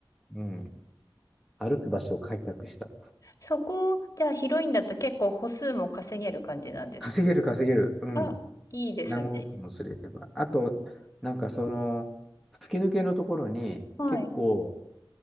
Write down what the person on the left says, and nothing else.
そこ、じゃあ、ヒロインだと結構歩数も稼げる感じなんですか
あ、いいですね。
はい。